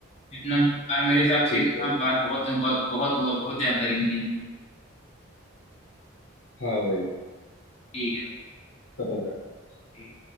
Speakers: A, on the left; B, on the left.
A: इतना आ, मेरे हिसाब
B: ठीक
A: से इतना
B: है भाई।
A: बात बहुत बहुत हुआ बहुत जानकारी मिली हमको
B: हाँ भाई
A: ठीक है भाई
B: खत्म करते हैं
A: ठीक